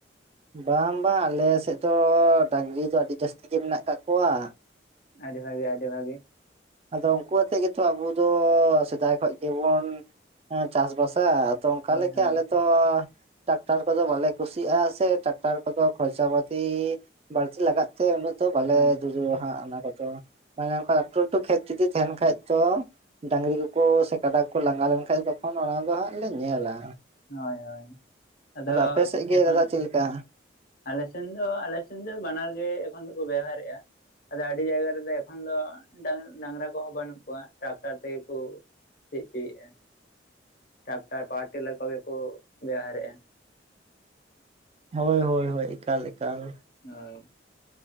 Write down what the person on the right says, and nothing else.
ᱵᱟᱝ ᱵᱟᱝ ᱟᱞᱮ ᱥᱮᱫ ᱫᱚ ᱰᱟᱝᱨᱤ ᱫᱚ ᱟᱹᱰᱤ ᱡᱟᱹᱥᱛᱤ ᱜᱮ ᱢᱮᱱᱟᱜ ᱠᱟᱜ ᱠᱚᱣᱟ
ᱟᱫᱚ ᱩᱱᱠᱩ ᱟᱛᱮᱜ ᱜᱮᱛᱚ ᱟᱵᱚ ᱫᱚ ᱥᱮᱫᱟᱭ ᱠᱷᱚᱡ ᱜᱮᱵᱚᱱ ᱪᱟᱥᱵᱟᱥ ᱟ ᱟᱫᱚ ᱚᱱᱠᱟ
ᱞᱮᱠᱟ
ᱟᱞᱮ ᱛᱚ ᱴᱟᱠᱴᱟᱨ ᱠᱚᱫᱚ ᱵᱟᱞᱮ ᱠᱩᱥᱤᱭᱟᱜᱼᱟ ᱥᱮ ᱴᱟᱠᱴᱟᱨ ᱠᱚᱫᱚ ᱠᱷᱚᱨᱪᱟ ᱯᱟᱟᱹᱛᱤ ᱵᱟᱹᱲᱛᱤ ᱞᱟᱜᱟᱜ ᱛᱮ ᱩᱱᱟᱹᱜ ᱛᱚ ᱵᱟᱞᱮ
ᱫᱩᱲᱟᱹᱣᱟ ᱦᱟᱸᱜ ᱚᱱᱟ ᱠᱚᱫᱚ ᱢᱟᱱᱮ ᱚᱸᱠᱟ ᱞᱟᱹᱴᱩ ᱞᱟᱹᱴᱩ ᱠᱷᱮᱛ ᱡᱩᱫᱤ ᱛᱟᱦᱮᱱ ᱠᱷᱟᱡ ᱛᱚ ᱰᱟᱝᱨᱤ ᱠᱚᱠᱚ ᱥᱮ ᱠᱟᱰᱟ ᱠᱚ ᱞᱟᱸᱜᱟ ᱞᱮᱱᱠᱷᱟᱱᱡ ᱛᱚᱠᱷᱚᱱ ᱚᱱᱟ ᱫᱚ ᱦᱟᱸᱜ ᱞᱮ ᱧᱮᱞᱟ
ᱟᱯᱮ ᱥᱮᱫ ᱜᱮ
ᱫᱟᱫᱟ ᱪᱮᱫ ᱞᱮᱠᱟ?
ᱦᱳᱭ ᱦᱳᱭ ᱦᱳᱭ ᱮᱠᱟᱞ ᱮᱠᱟᱞ